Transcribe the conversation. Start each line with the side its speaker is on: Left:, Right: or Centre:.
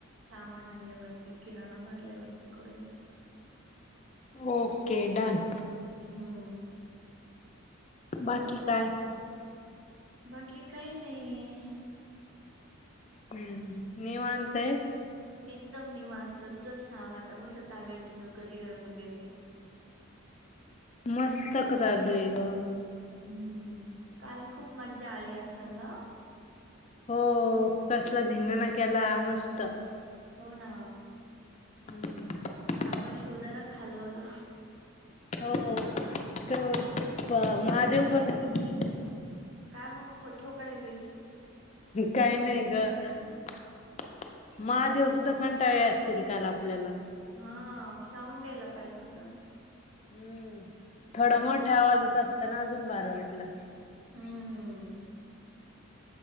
Right: सामान आणल्यावर.
Left: हम्म
Right: ती किराणा भरल्यावरती करूयात.
Left: ओके. डन.
Right: हम
Left: बाकी काय?
Right: बाकी काही नाही.
Left: हम्म निवांत हायस
Right: एकदम निवांत तुझं सांग आता कसं चालू आहे? तुझं करियर वगैरे
Left: मस्त तक चालू हायग
Right: हम्म काल खूप मज्जा आली असल ना.
Left: हो... कसला? धिंगाणा केला मस्त.
Right: हो ना
Left: हम्म <inaudible>
Right: आपण शिवदाराच हलवला
Left: हो... <inaudible> महादेव
Right: अय, अई..
Left: पण
Right: अई.. काय मग खोठो कायलीस.
Left: काही नाही गं <inaudible> <inaudible> महादेव सुद्धा कंटाळले असतील काल आपल्याला.
Right: हा.. साऊंड न्यायला पाहिजे होत.
Left: हम्म थोडा मोठ्या आवाजात असताना अजून बारं वाटलं असत.
Right: हम्म.
Left: <inaudible>